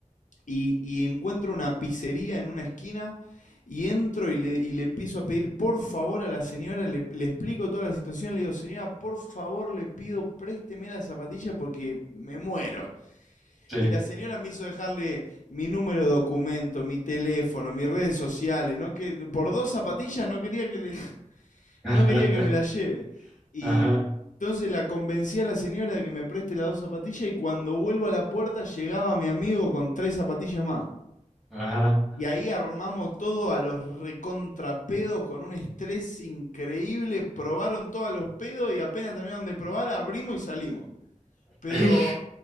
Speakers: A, on the left; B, in the centre.
A: y, y encuentro una pizzería en una esquina y entro y le, y le empiezo a pedir por favor a la señora, le, le explico toda la situación, le digo, señora, por favor le pido, présteme la zapatilla porque me muero.
B: sí,
A: Y la señora me hizo dejarle mi número de documento, mi teléfono, mis redes sociales, ¿no? Que por dos zapatillas no quería que, le- <laughs>
B: <laughs>
A: no
B: ajá,
A: quería que me la lleve. Y
B: ajá,
A: entonces la convencí a la señora de que me preste las dos zapatillas y cuando vuelvo a la puerta llegaba mi amigo con tres zapatillas más.
B: ajá,
A: Y ahí armamos todo a los recontrapedos con un estrés increíble. Probaron todos los pedos y apenas terminaron de probar, abrimos y salimos. Pero
B: <laughs> ij,